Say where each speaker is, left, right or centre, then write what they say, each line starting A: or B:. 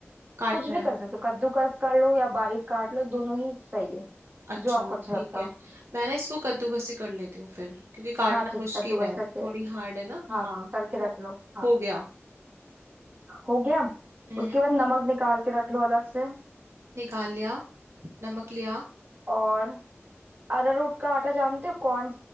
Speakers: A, on the right; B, on the right.
A: काटना
B: कुछ भी कर
A: है
B: सकते हो कद्दूकस कर लो या बारीक काट लो दोनों ही सही है
A: अच्छा
B: जो आपको अच्छा
A: ठीक
B: लगता
A: है
B: हो
A: मैं ना इसको कद्दूकस ही कर लेती हूँ फिर क्योंकि काटना
B: हाँ ठीक
A: मुश्किल
B: कद्दूकस
A: है
B: करके
A: थोड़ी हार्ड है ना
B: हाँ
A: हाँ
B: करके
A: हो,
B: रख लो हाँ
A: हो गया
B: हो गया
A: हम्म
B: उसके बाद नमक निकाल के रख लो अलग से
A: निकाल लिया नमक लिया
B: और अरारोट का आटा जानते हो कॉर्न